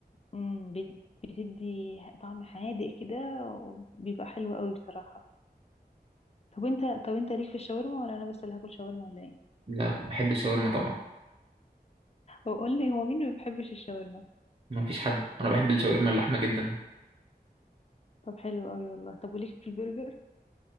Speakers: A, on the left; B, on the right.
A: امم بت- بتدي طعم حادق كده وبيبقى حلو قوي بصراحة طب انت طب انت ليك في الشاورما ولا انا بس اللي هاكل شاورما ولا ايه
B: لا لا، بحب الشاورما طبعا
A: هو قول لي هو مين ما بيحبش الشاورما
B: ما فيش حد انا بحب الشاورما اللحمه جدا
A: طب حلو قوي والله طب وليك في البرجر